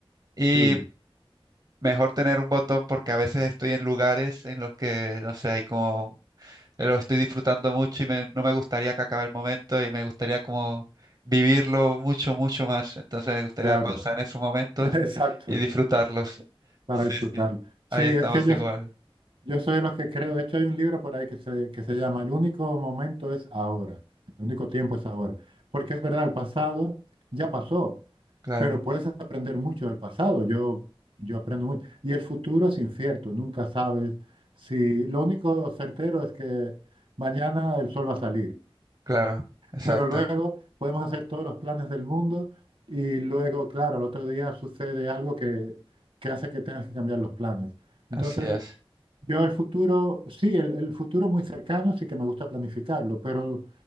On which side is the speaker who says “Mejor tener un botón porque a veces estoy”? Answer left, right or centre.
Right